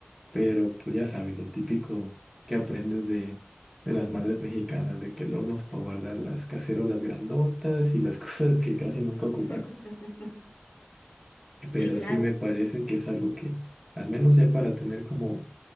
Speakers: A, in the centre; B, on the left (about 60°).
A: pero pues ya sabes, lo típico que aprendes de, de las madres mexicanas, de que el horno es para guardar las cacerolas grandotas y las <laughs> cosas que casi nunca ocupan.
B: <laughs>
A: Pero
B: Sí, claro.
A: sí me parece que es algo que, al menos ya para tener como